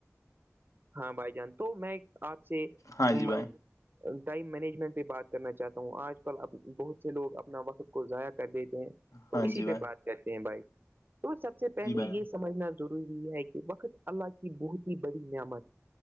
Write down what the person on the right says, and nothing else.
ہاں بھائی جان تو میں آپ سے
م
ٹائم مینجمنٹ پہ بات کرنا چاہتا ہوں آج کل بہت سے لوگ اپنا وقت کو ضائع کر دیتے ہیں تو
اسی
پہ بات کرتے ہیں بھائی تو سب سے پہلے
یہ سمجھنا ضروری یہ ہے کہ وقت اللہ کی بہت ہی بڑی نعمت